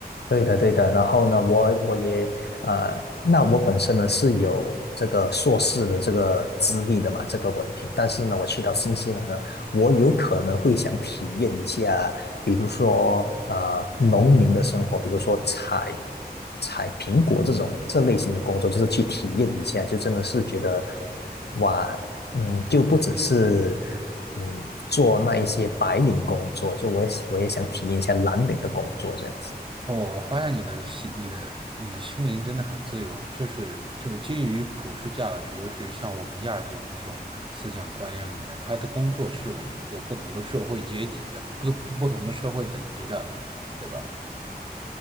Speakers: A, on the left; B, on the right.
A: 对的，对的。然后呢，我我也呃，那我本身呢是有这个硕士的这个资历的嘛，这个文凭。但是呢，我去到新西兰呢，我有可能会想体验一下，比如说呃，农民的生活，比如说采采苹果这种这类型的工作，就是去体验一下，就真的是觉得哇，嗯，就不只是嗯做那一些白领工作，就我也我也想体验一下蓝领的工作这样子。
B: 哦，我发现你的心、你的、你的心灵真的很自由，就是就基于普世价值，尤其是像我们亚洲人这种思想观念里面，他的工作是有一个不同的社会阶级的，不不同的社会等级的，对吧？